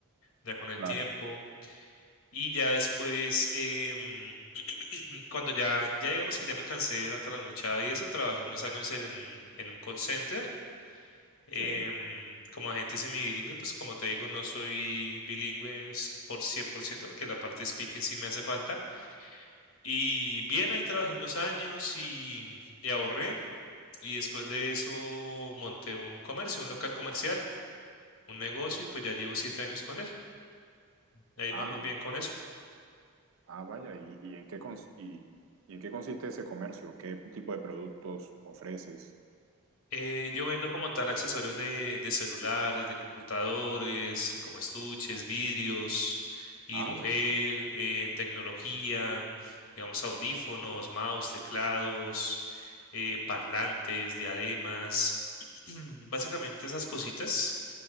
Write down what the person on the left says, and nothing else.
ya con el
tiempo. Y ya después, em, <clears throat> cuando ya, ya digamos que ya me cansé de la trasnochada y eso, trabajé unos años en, en un call center Em,
como agente semibilingüe, pues como te digo, no soy bilingüe s- por 100% porque la parte de speaking sí me hace falta. Y bien, ahí trabajé unos años y, y ahorré. Y después de eso monté un comercio, un local comercial, un negocio y pues ya llevo siete años con él. Ahí
vamos bien con eso.
Eh, yo vendo como tal accesorios de, de celulares, de computadores, como estuches, vidrios, hidrogel,
eh, tecnología, digamos audífonos, mouse, teclados, eh, parlantes, diademas, <clears throat> básicamente esas cositas,